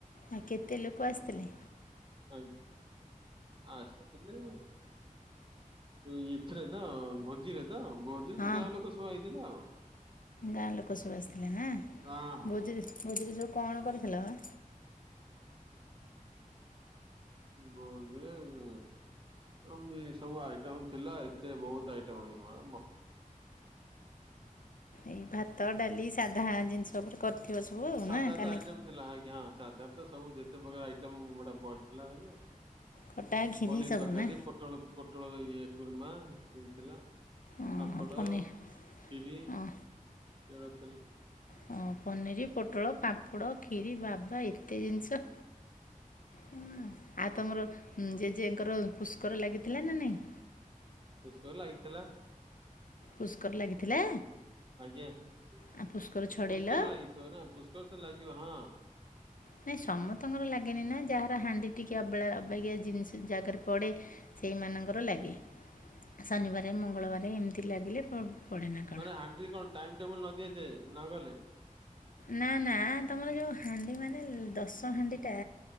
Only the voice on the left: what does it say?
ଆ କେତେ ଲୋକ ଆସିଥିଲେ?
ହଁ
ଗାଁ ଲୋକ ସବୁ ଆସିଥିଲେ ନା
ଭୋଜି ଭୋଜିରୀ ସବୁ କଣ
କରିଥିଲା ବା?
ଏଇ ଭାତ ଡାଲି ସାଧା ଜିନିଷ ଉପରେ କରିଥିବ ସବୁ ଆଉ
ନା କାନେ
ଖଟା ଖିରି
ସବୁ
ନା
ଓହୋ
ପନିର
ହଁ
ହଁ ପନିର ଫୋଟଳ ପାମ୍ପଡ଼ କ୍ଷୀରି ବାଭା ଏତେ ଜିନିଷ! ହ ଆଉ ତମର ଜେଜେଙ୍କର ପୁଷ୍କର ଲାଗିଥିଲା ନା ନାଇଁ?
ପୁଷ୍କର ଲାଗିଥିଲା।
ଆଉ ଛଡ଼େଇଲ?
ନାଇଁ ସମସ୍ତଙ୍କର ଲାଗେନି ନା ଯାହାର ହାଣ୍ଡି ଟିକେ ଅବେଳା ଅବେଗଆ ଜିନିଷ ଜାଗାରେ ପଡ଼େ ସେଇମାନାନଙ୍କର ଲାଗେ ଶନିବାର ମଙ୍ଗଳବାର ଏମିତି ଲାଗିଲେ ପଡ଼େ ନା କଣ।
ନା ନା ତମର ଯୋଉ ହାଣ୍ଡି ମାନେ ଦଶ ହାଣ୍ଡି ଟା